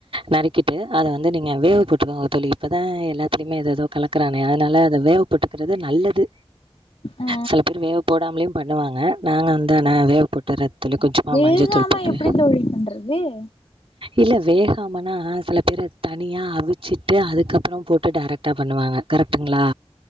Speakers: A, on the right (about 65°); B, on the left (about 65°).
A: நறுக்கிட்டு அத வந்து நீங்க வேக போட்டுக்கோங்க தோழி இப்பதா எல்லாத்தலயுமே எது ஏதோ கலக்குறானே அதனால அத வேகப்போட்டுக்குறது நல்லது
B: ஆ
A: சில பேர் வேக போடாமலே பண்ணுவாங்க நாங்க வந்து ந்தா நா வேகப்போட்டுறே தோழி கொஞ்சமா
B: விழுகாம
A: மஞ்சள் தூள் போட்டு
B: எப்டி தோழி பண்றது
A: இல்ல வேகாமனா சில பிற தனியா அவிச்சிட்டு அதுக்கப்புறோ போட்டு டைரக்டாக பண்ணுவாங்க கரெக்ட் ட்டுங்ளா